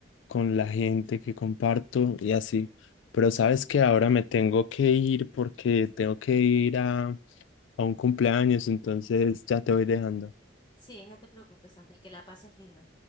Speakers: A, on the left; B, on the left.
A: con la gente que comparto y así. Pero
B: Sí,
A: sabes que ahora me tengo que ir porque tengo que ir a, a un cumpleaños, entonces ya te voy dejando.
B: sí, no te preocupes, Ángel, que la pases lindo.